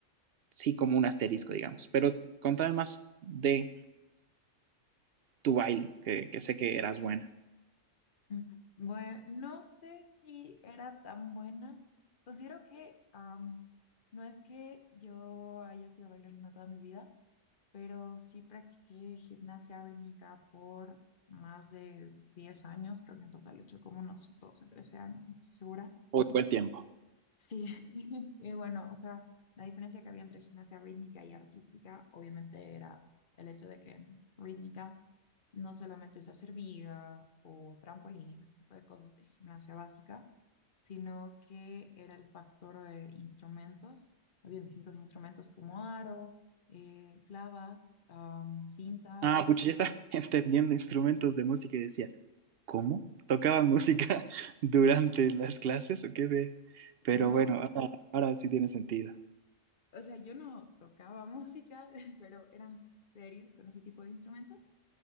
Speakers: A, on the right; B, on the left.
A: sí como un asterisco, digamos. Pero contame más de tu baile, que, que sé que eras buena.
B: Ujú. Bueno, no sé si era tan buena. Considero que am, no es que yo haya sido bailarina toda mi vida, pero sí practiqué gimnasia rítmica por más de diez años, creo que en total he hecho como unos 12 13 años, no estoy segura.
A: Uy, buen tiempo.
B: Sí, <laughs> y bueno, o sea, la diferencia que había entre gimnasia rítmica y artística, obviamente era el hecho de que en rítmica no solamente es hacer viga o trampolín, ese tipo de cosas de gimnasia básica, sino que era el factor de instrumentos. Habían distintos instrumentos como aro, eh, clavas, am, cinta.
A: Ah, Ay. pucha, ya está <laughs> entendiendo instrumentos de música y decía, ¿cómo? ¿Tocaban música <laughs> durante las clases o qué de? Pero
B: No,
A: bueno, ahora, ahora sí tiene sentido.
B: o sea, yo no tocaba música, <laughs> pero eran serios con ese tipo de instrumentos